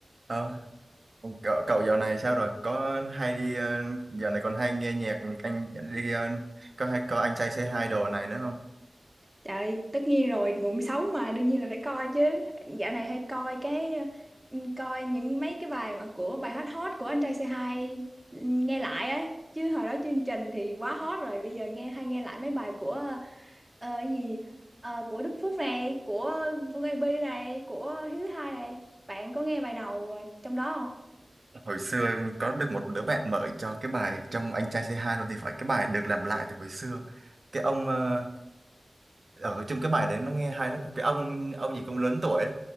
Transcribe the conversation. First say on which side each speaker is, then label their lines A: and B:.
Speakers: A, on the right (about 55°); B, on the right (about 15°).
A: Ờ, cậu, cậu dạo này sao rồi? Có hay đi ờ, dạo này còn hay nghe nhạc anh đi ờ, có hay có anh trai Say Hi đồ này nữa không?
B: Trời, tất nhiên rồi, nguồn sống mà đương nhiên là phải coi chứ. Dạo này hay coi cái ừ, coi những mấy cái bài mà của bài hot hot của anh trai c hai nghe lại ấy. Chứ hồi đó chương trình thì quá hot rồi, bây giờ nghe hay nghe lại mấy bài của ờ, cái gì Ờ, của Đức Phúc này, của Vương AB này, của Hiếu Thứ Hai này. Bạn có nghe bài nào trong đó không?
A: Hồi xưa có được một đứa bạn mở cho cái bài trong anh trai Say Hi rồi thì phải cái bài được làm lại từ hồi xưa. Cái ông ờ, ở trong cái bài đấy nó nghe hay lắm. Cái ông ông gì cũng lớn tuổi ấy.